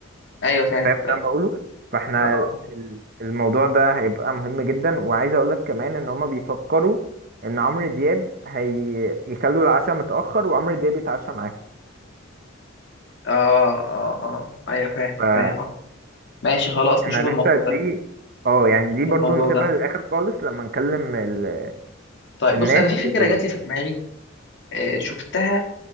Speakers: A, on the left; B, on the right.
A: ايوه فاهم
B: فاهم اللي
A: فاهم
B: انا بقوله فاحنا
A: اه
B: ال- الموضوع ده هيبقى مهم جدا وعايز اقول لك كمان ان هما بيفكروا ان عمرو دياب هيخلوا العشاء متأخر وعمرو دياب يتعشى معاهم
A: اه اه اه ايوه فاهم
B: فاحنا
A: فاهم قصدي. ماشي خلاص نشوف
B: لسه
A: الموضوع
B: دي
A: ده
B: اه يعني
A: نشوف
B: دي برضو
A: الموضوع
B: نسيبها
A: ده
B: للاخر خالص لما نكلم ال...
A: طيب
B: الناس
A: بص انا في فكره
B: ويقولوا
A: جات
B: لنا
A: لي في دماغي آه، شفتها